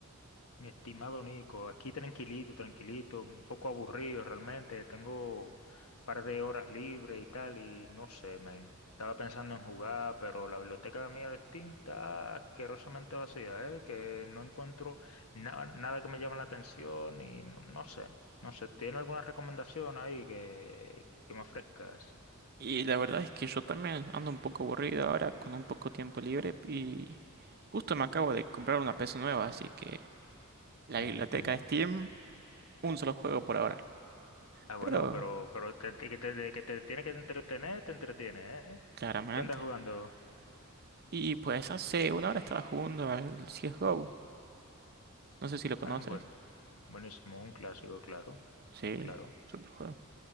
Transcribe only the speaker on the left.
Mi estimado Nico, aquí tranquilito, tranquilito, un poco aburrido realmente, tengo un par de horas libres y tal, y no sé, men. Estaba pensando en jugar, pero la biblioteca mía de Steam está asquerosamente vacía, ¿eh? Que no encuentro na- nada que me llame la atención y no, no sé, no sé, ¿tiene alguna recomendación ahí que, que me ofrezcas?
Ujú,
ujú.
Ah, bueno,
pero, pero que te, que te, que te tiene que entretener, te entretiene, ¿eh?
¿Qué andas jugando?
Ah,
bueno. Buenísimo, un clásico, claro,
claro.